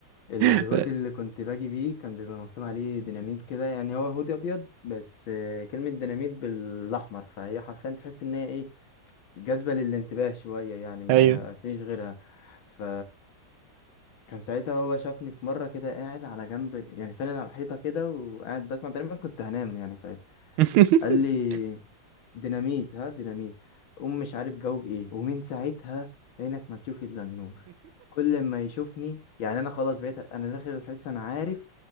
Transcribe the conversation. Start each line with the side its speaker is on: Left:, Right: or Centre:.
Left: الهودي
Right: <laughs> ف-
Left: اللي كنت باجي بيه كان بيبقى مكتوب عليه ديناميت كده يعني هو هودي أبيض بس آه، كلمة ديناميت بالأحمر فهي حرفيا تحس إن هي إيه جذبة للانتباه شوية يعني ما
Right: أيوه
Left: فيش غيرها ف كان ساعتها هو شافني في مرة كده قاعد على جنب يعني ساند على الحيطة كده وقاعد بسمع تقريبا كنت هنام يعني ساعتها
Right: <laughs>
Left: قال لي ديناميت ها ديناميت قوم مش عارف جاوب ايه ومن ساعتها عينك ما تشوف الا النور كل ما يشوفني يعني انا خلاص بقيت انا داخل الحصة انا عارف